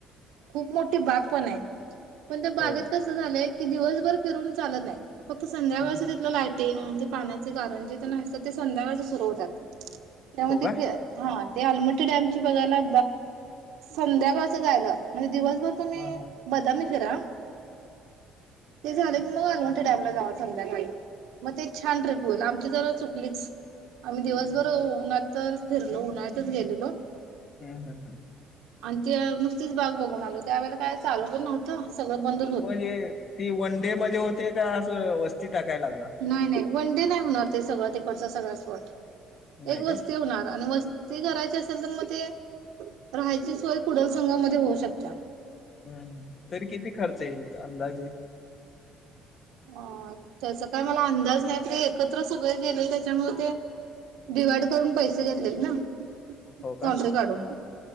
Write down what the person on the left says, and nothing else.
हो
हम्म.
हो का ह
हा
हम्म हम्म
हम् हम् हम.
म्हणजे ती वन डे मध्ये होते, का असं वस्ती टाकायला लागणार?
नाही
काय
हम् हम तरी किती खर्च येईल? अंदाजे.
हो
का?